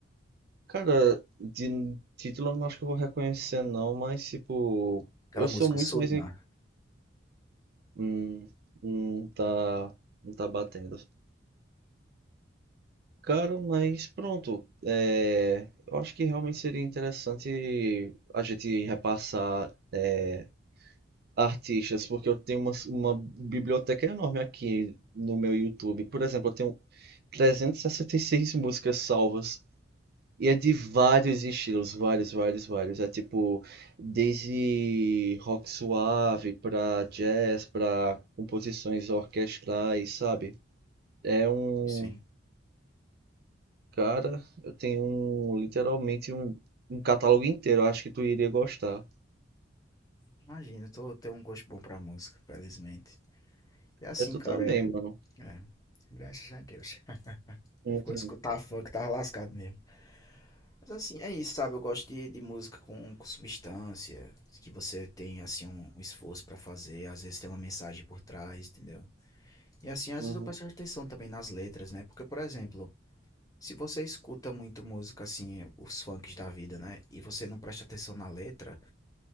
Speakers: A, on the right; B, on the left.
A: Cara, de título eu não acho que eu vou reconhecer não, mas tipo,
B: Aquela
A: eu
B: música
A: sou muito
B: Sudna.
A: mais em- hum, não tá não tá batendo. Cara, mas pronto, é, eu acho que realmente seria interessante a gente repassar é, artistas, porque eu tenho uma, uma biblioteca enorme aqui no meu YouTube. Por exemplo, eu tenho 366 músicas salvas. E é de vários estilos, vários, vários, vários. É tipo, desde rock suave pra jazz, pra composições orquestrais, sabe? É um.
B: Isso, sim.
A: Cara, eu tenho um, literalmente um, um catálogo inteiro. Eu acho que tu iria gostar.
B: Imagina, eu tô, tenho um gosto bom pra música, felizmente. E assim,
A: É tu
B: cara,
A: também,
B: é.
A: mano.
B: É. Graças a Deus. <laughs>
A: Uhum,
B: Ficou de escutar funk, tava lascado mesmo. Mas assim, é isso, sabe? Eu gosto de, de música com, com substância, que você tem, assim, um, um esforço pra fazer, às vezes tem uma mensagem por trás, entendeu? E assim, às
A: uhum,
B: vezes eu presto atenção também nas letras, né? Porque, por exemplo, se você escuta muito música, assim, os funks da vida, né? E você não presta atenção na letra.